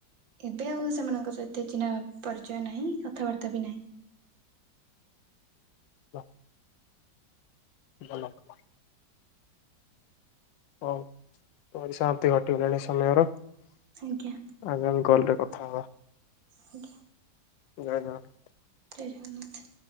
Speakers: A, on the right (about 85°); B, on the left (about 85°).
A: ଏବେ ଆଉ ସେମାନଙ୍କ ସହିତି ଚିହ୍ନା ପରିଚୟ ନାହିଁ କଥାବାର୍ତ୍ତା ବି ନାହିଁ।
B: ହ <inaudible> ଭଲ <inaudible> ହଉ ପରିସମାପ୍ତି ଘଟିଗଲାଣି ସମୟର।
A: ଆଜ୍ଞା।
B: ଆଗମି କଲ ରେ କଥା ହବା।
A: ଆଜ୍ଞା।
B: ଜୟ ଜଗତ୍
A: ଜୟ ଜଗନ୍ନାଥ।